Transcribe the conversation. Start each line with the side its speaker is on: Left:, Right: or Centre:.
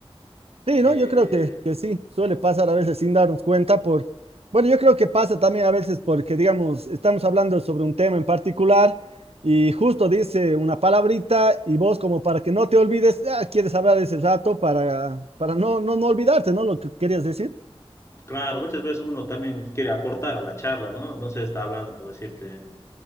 Right: Sí,
Left: Eh,
Right: ¿no? Yo creo que, que sí, suele pasar a veces sin darnos cuenta por, bueno, yo creo que pasa también a veces porque, digamos, estamos hablando sobre un tema en particular y justo dice una palabrita y vos como para que no te olvides, ah, quieres hablar ese rato para, para no, no, no olvidarte, ¿no? Lo que querías decir.
Left: claro, muchas veces uno también quiere aportar a la charla, ¿no? No se está hablando por decirte,